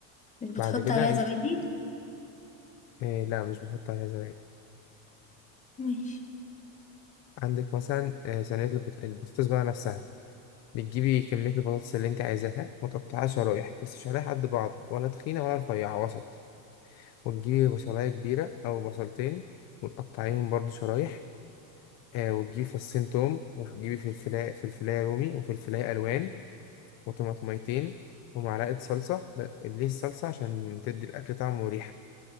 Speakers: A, on the left; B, on the left.
A: مش بتحط
B: بعد كده
A: عليها زبادي
B: ال... آه لا مش بنحط عليها زبادي
A: ماشي
B: عندك مثلا آه صينية البط... البطاطس بقى نفسها بتجيبي كمية البطاطس اللي انت عايزاها وتقطعها شرايح بس شرايح قد بعض ولا تخينة ولا رفيعة وسط وتجيبي بصلاية كبيرة أو بصلتين وتقطعيهم برضو شرايح آه وتجيبي فصين توم وتجيبي فلفلاية فلفلاية رومي وفلفلاية ألوان وطماطميتين ومعلقة صلصة ب- ليه الصلصة عشان تدي الأكل طعم وريحة